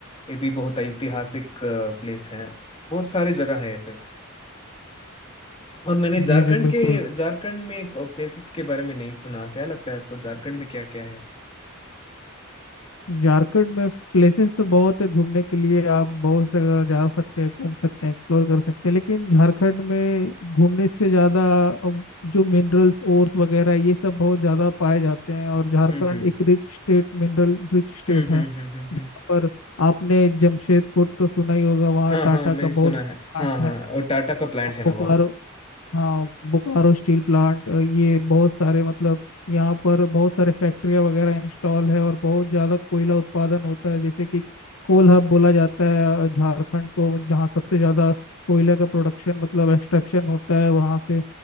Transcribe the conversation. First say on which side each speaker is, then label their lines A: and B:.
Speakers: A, on the left; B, on the left.
A: ये भी बहुत ऐतिहासिक प्लेस है बहुत सारे जगह है ऐसे और मैंने झारखंड
B: जी जी बिल्कुल
A: के झारखंड में एक प्लेसेस के बारे में नहीं सुना क्या लगता है आपको झारखंड में क्या क्या है
B: झारखंड में प्लेसेस तो बहुत है घूमने के लिए आप बहुत जगह जा सकते हैं घूम सकते हैं एक्सप्लोर कर सकते हैं लेकिन झारखंड में घूमने से ज़्यादा अब जो मिनरल्स ओर्स वगैरह ये सब बहुत ज़्यादा पाए जाते हैं और झारखंड
A: हम्म हम्म
B: एक rich state mineral rich state
A: हम्म हम्म
B: है
A: हम्म हम्म
B: जहाँ
A: हम्म।
B: पर आपने जमशेदपुर तो सुना ही होगा वहाँ
A: हाँ
B: टाटा
A: हाँ मैं
B: का बहुत
A: सुना
B: प्लांट
A: है हाँ हाँ
B: है
A: और टाटा का प्लांट है ना
B: बोकारो
A: वहाँ
B: हाँ बोकारो स्टील प्लांट अ, ये बहुत सारे मतलब यहाँ पर बहुत सारे फैक्ट्रियाँ वगैरह इंस्टॉल है और बहुत ज़्यादा कोयला उत्पादन होता है जैसे कि कोल हब बोला जाता है अ, झारखंड को जहाँ सबसे ज़्यादा कोयला का प्रोडक्शन मतलब एक्सट्रैक्शन होता है वहाँ से